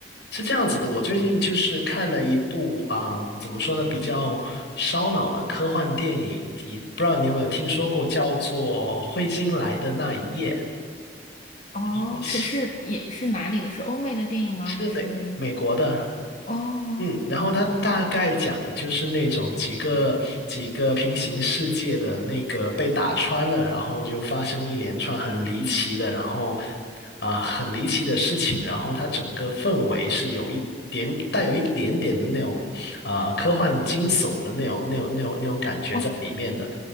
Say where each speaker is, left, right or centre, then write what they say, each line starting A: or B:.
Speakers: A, on the left; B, on the left.
A: 是这样子的，我最近就是看了一部啊、嗯怎么说呢，比较烧脑的科幻电影，你不知道你有没有听说过，叫做《彗星来的那一夜》，
B: 哦，
A: 是
B: 是是也是哪里的？是欧美的电影吗？
A: 是美美国的，
B: 还是哦
A: 嗯，然后它大概讲的就是那种几个几个平行世界的那个被打穿了，然后就发生一连串很离奇的，然后啊、很离奇的事情，然后它整个氛围是有一点带有一点点的那种啊、科幻惊悚的那种那种那种那种感觉在里面的，
B: 哦